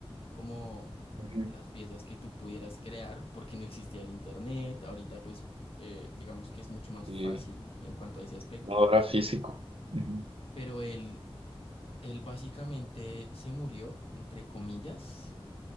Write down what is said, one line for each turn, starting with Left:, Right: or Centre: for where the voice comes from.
Left: como
Right: Ujú.
Left: las piezas que tú pudieras crear, porque no existía el internet. Ahorita, pues, eh, digamos que es mucho más
Right: Sí.
Left: fácil en cuanto a ese aspecto,
Right: La físico. Ujú.
Left: pero él, él básicamente se murió, entre comillas